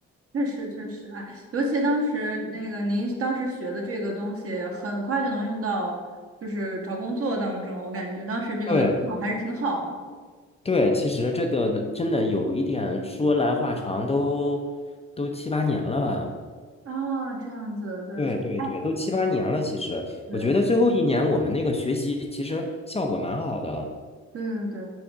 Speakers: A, on the right; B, on the left.
A: 确实，确实，哎，尤其当时那个您当时学的这个东西，很快就能用到，就是找工作当中。我感觉当时这个市场还是挺好的。
B: 对对，其实这个真的有一点说来话长都，都七八年了吧？
A: 啊，这样子，对，
B: 对对对，
A: 哎，
B: 都七八年了。其实我觉得最后一年我们那个学习其实效果蛮好的。
A: 对，对对对，